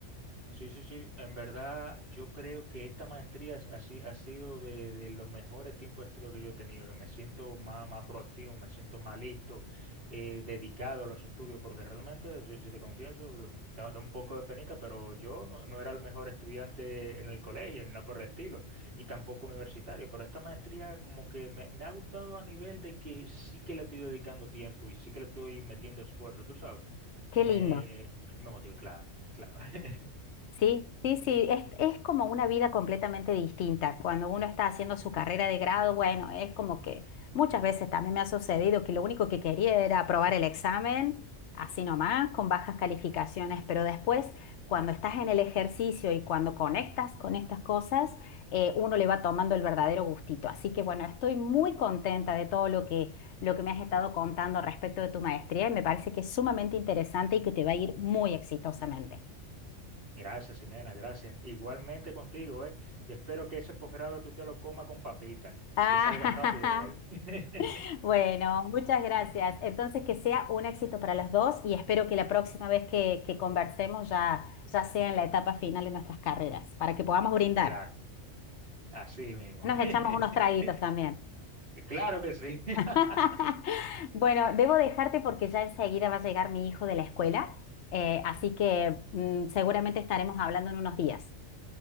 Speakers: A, on the right (about 50°); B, on the left (about 70°).
A: Sí, sí, sí. En verdad, yo creo que esta maestría es- ha, si- ha sido de, de los mejores tiempos de estudio que yo he tenido, que me siento más, más proactivo, me siento más listo, eh, dedicado a los estudios, porque realmente, si, si te confieso, mm, da, da un poco de penita, pero yo no, no era el mejor estudiante en el colegio, no por el estilo, y tampoco universitario, pero esta maestría como que me, me ha gustado a nivel de que sí que le estoy dedicando tiempo y sí que le estoy metiendo esfuerzo, tú sabes.
B: Qué
A: Me,
B: lindo.
A: me me motiva, claro, claro. <laughs>
B: Sí, sí, sí, es, es como una vida completamente distinta. Cuando uno está haciendo su carrera de grado, bueno, es como que muchas veces también me ha sucedido que lo único que quería era aprobar el examen, así nomás, con bajas calificaciones, pero después, cuando estás en el ejercicio y cuando conectas con estas cosas, eh, uno le va tomando el verdadero gustito. Así que bueno, estoy muy contenta de todo lo que, lo que me has estado contando respecto de tu maestría y me parece que es sumamente interesante y que te va a ir muy exitosamente.
A: Gracias, Ximena, gracias. Igualmente contigo, ¿eh? Y espero que ese posgrado tú te lo comas con papita
B: Ah,
A: y que salgas rápido de él. <laughs>
B: <laughs> bueno, muchas gracias. Entonces, que sea un éxito para los dos y espero que la próxima vez que, que conversemos ya, ya sea en la etapa final de nuestras carreras, para que podamos brindar.
A: Claro, así mismo.
B: Nos echamos unos
A: <laughs>
B: traguitos también.
A: Claro que sí. <laughs>
B: <laughs> Bueno, debo dejarte porque ya enseguida va a llegar mi hijo de la escuela, eh, así que mm, seguramente estaremos hablando en unos días.